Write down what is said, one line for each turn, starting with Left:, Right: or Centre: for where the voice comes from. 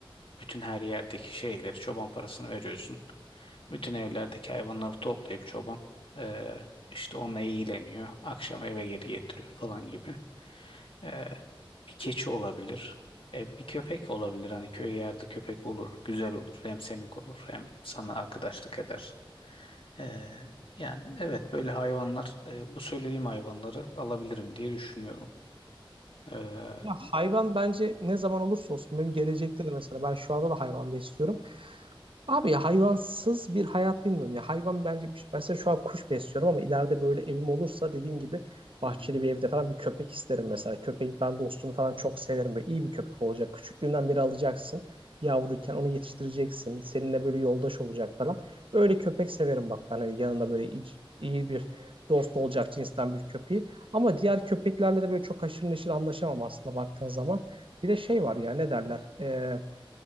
Left: Bütün her yerdeki şeyleri çoban parasını veriyorsun. Bütün evlerdeki hayvanları toplayıp çoban e, işte onunla ilgileniyor. Akşam eve geri getiriyor falan gibi. Ee, bir keçi olabilir. E, bir köpek olabilir. Hani köy yerde köpek olur. Güzel olur. Hem seni korur hem sana arkadaşlık eder. Ee, yani evet böyle hayvanlar e, bu söylediğim hayvanları alabilirim diye düşünüyorum. Ee, hı
Right: Ya hayvan bence ne zaman olursa olsun benim gelecekte de mesela ben şu anda da hayvan besliyorum. Abi ya hayvansız bir hayat bilmiyorum ya. Hayvan bence mesela şu an kuş besliyorum ama ileride böyle evim olursa dediğin gibi bahçeli
Left: hı.
Right: bir evde falan bir köpek isterim mesela. köpeği ben dostunu falan çok severim. Böyle iyi bir köpek olacak. Küçüklüğünden beri alacaksın. Yavruyken onu yetiştireceksin. Seninle böyle yoldaş olacak falan. Öyle köpek severim bak ben. Hani yanında böyle iç- iyi bir dost olacak cinsten bir köpeği. Ama diğer köpeklerle de böyle çok haşır neşir anlaşamam aslında baktığın zaman. Bir de şey var ya ne derler? Ee,